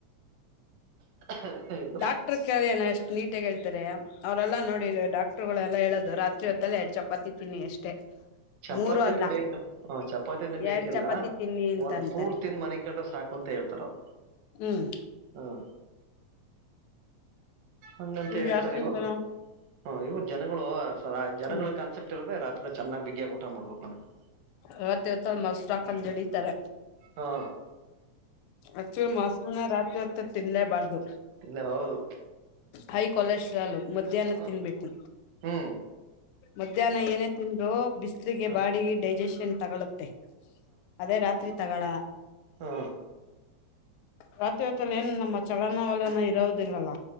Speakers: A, on the right; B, on the left.
A: ಹ
B: ಡಾಕ್ಟರ್ ಕಳಿಯಣ ಎಷ್ಟು ನೀಟಗ ಹೇಳ್ತಾರೆ ಅವ್ರೆಲ್ಲಾ ನೋಡಿ ಡಾಕ್ಟರ್ ಗಳೆಲ್ಲ ಹೇಳೋದು ರಾತ್ರಿ ಹೊತ್ತಲ್ಲೇ ಎರಡು ಚಪಾತಿ ತಿಿನನ್ನಿ ಅಷ್ಟೇ
A: ಚಪಾತಿನೇ
B: ಮೂರು ಅಲ್ಲ
A: ಬೇಕ ಹ ಚಪಾತಿನೇ
B: ಎರಡ್
A: ಬೇಕಿಲ್ಲ
B: ಚಪಾತಿ ತಿನ್ನಿ ಅಂತ
A: ಒಂದ್
B: ಅಂತಾರೆ
A: ಫ್ರೂಟ್ ತಿಂದ ಮನೆ ಕಂಡ್ರೆ ಸಾಕು ಅಂತ ಹೇಳ್ತಾರ ಅವವು
B: ಹ್ಮ್
A: ಹ್ಮ ಅಂಗನ್ಂತ
B: ಈಗ
A: ಹೇಳ್ತರಿ
B: ಯಾರ್ ತಿಂತಾರ
A: ಹ್ಮ ಇವ್ರ ಜನಗಳು ಸ ಜನಗಳ
B: ಹ್ಮ್
A: ಕಾನ್ಸೆಪ್ಟ ಇರದ ರಾರಿ ಚನ್ನಾಗಿ ಬಿಗಿಯಗ ಊಟ ಮಾಡ್ಬೇಕು ನಗೆ
B: ಇವತ್ತ ಇವತ್ತ ಮಾಕಂದಿಡಿತಾರೆ
A: ಹಾ
B: ಆಕ್ಚುಲಿ ಮೊಸನ ರಾತ್ರಿ ಹತ್ರ ತಿನ್ನಲೇಬಾರ್ದು
A: ಇಲ್ಲ ಹೌದು
B: ಹೈ ಕೊಲೆಸ್ಟ್ರಾಲ್ ಮಧ್ಯಾಹ್ನದ
A: ಹ್ಮ್
B: ತಿನ್ಬೇಕು
A: ಹ್ಮ್
B: ಮಧ್ಯಾಹ್ನ ಏನೇ ತಿಂದ್ರು ಬಿಸ್ಲಿಗೆ
A: ಹ
B: ಬಾಡಿ ಡೈಜೆಸ್ ಷನ್ ತಗೊೊಳ್ಳುತ್ತೆ ಅದೇ ರಾತ್ರಿ ತಗೋಳ
A: ಹ್ಮ
B: ರಾತ್ರಿ ಹೊತ್ತಲ್ಲಿ ಏನ್ ನಮ್ಮ ಚಲನ ವಲನ ಇರೋದಿಲ್ಲಲ್ಲ